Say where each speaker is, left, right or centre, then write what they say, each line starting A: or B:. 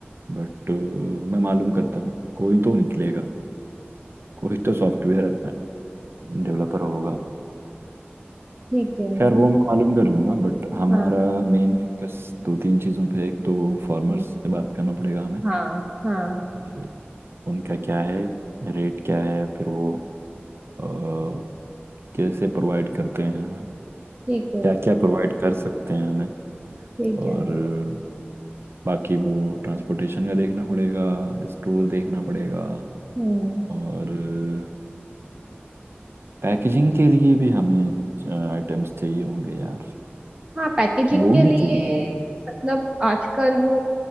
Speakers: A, on the right (about 70°); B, on the right (about 25°).
A: बट मैं मालूम करता हूँ कोई तो निकलेगा कोई तो सॉफ्टवेयर डेवलपर होगा
B: ठीक है
A: खैर वो मैं मालूम कर लूंगा बट हमारा
B: हाँ
A: मेन फोकस दो तीन चीज़ों पे एक तो फार्मर्स
B: हम्म,
A: से बात करना पड़ेगा हमें
B: हाँ हाँ
A: अ, उनका क्या है रेट क्या है फिर वो अ, कैसे प्रोवाइड करते हैं हमें
B: ठीक है
A: क्या क्या प्रोवाइड कर सकते हैं हमें
B: ठीक है
A: और अ, बाकी वो ट्रांसपोर्टेशन का देखना पड़ेगा स्टोर देखना पड़ेगा
B: हम्म
A: और पैकेजिंग के लिए भी हमें आइटम्स चाहिए होंगे यार
B: हाँ पैकेजिंग
A: लोग
B: के
A: भी
B: लिए
A: चाहिए होंगे
B: मतलब आजकल वो